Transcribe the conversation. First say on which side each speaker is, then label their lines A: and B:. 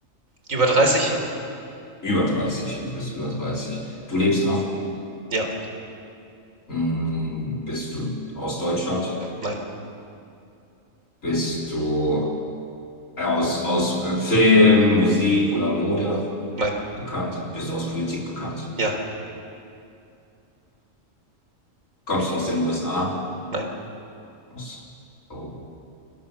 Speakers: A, on the right (about 85°); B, on the left (about 80°).
A: Über 30? Ja.
B: Über dreißig und bist über 30? Du lebst noch?
A: Ja.
B: Hm, bist du aus Deutschland?
A: Nein.
B: Bist du aus, aus äh, Film, Musik oder Mode
A: Nein.
B: bekannt? Bist du aus Politik bekannt?
A: Ja.
B: Kommst du aus den USA?
A: Nein.
B: Aus, oh,